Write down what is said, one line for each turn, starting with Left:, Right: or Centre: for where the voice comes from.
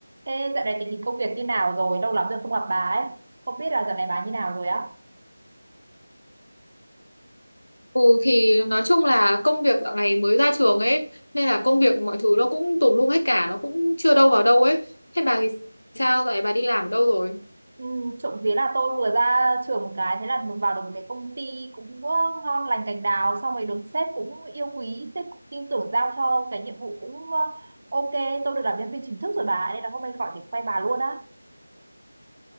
Right: thế dạo này tình hình công việc như nào rồi? Lâu lắm rồi không gặp bà ấy. Không biết là dạo này bà như nào rồi á?
Left: Ừ thì nói chung là công việc dạo này mới ra trường ấy nên là công việc mọi thứ nó cũng tùm lum hết cả nó cũng chưa đâu vào đâu ấy thế bà thì sao vậy bà đi làm ở đâu rồi
Right: Ừ, trộm vía là tôi vừa ra trường một cái, thế là vào được một cái công ty cũng ờ, ngon lành cành đào. Xong rồi được sếp cũng yêu quý, sếp cũng tin tưởng giao cho cái nhiệm vụ cũng ờ, ok. Tôi được làm nhân viên chính thức rồi bà, nên là hôm nay gọi để quay bà luôn á.